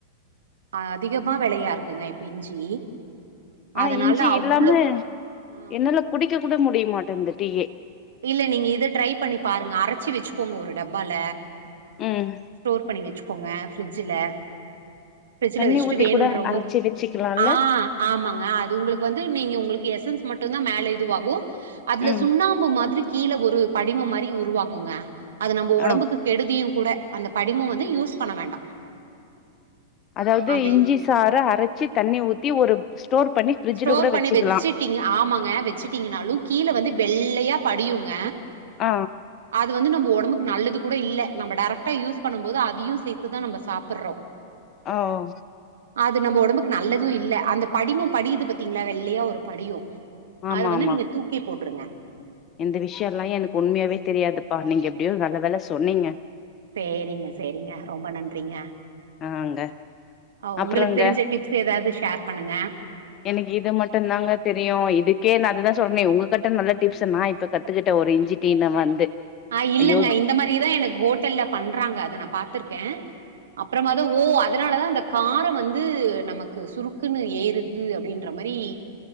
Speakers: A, on the right; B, on the left.
A: அ அதிகமா வெளையா இருக்குங்க இப்ப இஞ்சி
B: ஆனா
A: அதனால
B: இஞ்சி இல்லாம
A: அவ்ளோ ம்
B: என்னால குடிக்க கூட முடியமாட் இருந்துட்டயே
A: இல்ல நீங்க இத ட்ரை பண்ணி பாருங்க அரைச்சி வச்சுக்கோங்க ஒரு டப்பால
B: ம்
A: ஸ்டோர் பண்ணி வெச்சுக் கோங்க ஃப்ரிட்ஜில ஃபிர்ஜ்ல
B: தண்ணி
A: வச்சுட்டு
B: ஊத்தி
A: வேணும்ன்ற
B: கூட அரச்சி
A: போது
B: வச்சுக்கலால்ல
A: ஆ ஆமாங்க அது உங்களுக்கு வந்து நீங்க உங்களுக்கு எசன்ஸ் மட்டு தா மேல இதுவாகு அதுல
B: ம்
A: சுண்ணாம்பு மாதிரி கீழே ஒரு படிம மாரி உருவாக்குங்க அது நம்ம உடம்புக்கு
B: ஆ
A: கெடுதியு கூட அந்த படிமு வந்து யூஸ் பண்ண வேண்டா
B: அதாவது
A: அந்த
B: இஞ்சி சாறு அரைச்சு தண்ணி ஊத்தி ஒரு ஸ்டோர் பண்ணி ஃப்ரிட்ஜ்ல
A: ஸ்டோர்
B: கூட
A: பண்ணி
B: வச்சுக்கலா
A: வச்சிட்டீங்க ஆமாங்க வச்சட்டீங்கன்னாலு கீழ வந்து வெள் வெள்ளையா படியுங்க
B: ஆ
A: அது வந்து நம்ம உடம்புக்கு நல்லது கூட இல்ல நம்ம டேரெக்டா யூஸ் பண்ணு போது அதையு சேர்த்துதா நம்ம சாப்பிடுறோ
B: ஆ ஓ
A: அது நம்ம உடம்புக்கு நல்லதும் இல்ல அந்த படிமம் படியது பத்தீங்களா வெள்ளையா ஒரு படியு
B: ஆமா
A: அத வந்து
B: ஆமா
A: நீங்க தூக்கி போட்டுருங்க
B: இந்த விஷயோல்லா எனக்கு உண்மையாவே தெரியாதுப்பா நீங்க எப்டியோ நல்ல வேல சொன்னீங்க
A: சேரிங்க சேரிங்க ரொம்ப நன்றிங்க
B: ஆங்க
A: அ
B: அப்புறங்க
A: உங்களுக்கு தெரிஞ்ச டிப்ஸ் ஏதாவது ஷேர் பண்ணுங்க.
B: எனக்கு இது மட்டு தாங்க தெரியு இதுக்கே நா அதுதா சொன்னே உங்ககிட்ட நல்ல டிப்ஸ் நா இப்ப கத்துக்கிட்ட ஒரு இஞ்சி டீ ல வந்து
A: ஆ இல்லங்க
B: ஐயோ
A: இந்த மாதிரிதா எனக்கு ஹோட்டல்ல பண்றாங்க அத நா பாத்துருக்கே அப்புறம தா ஓ அதனாலதா அந்த காரோ வந்து நமக்கு சுருக்குன்னு ஏறுது அப்டின்ற மாரி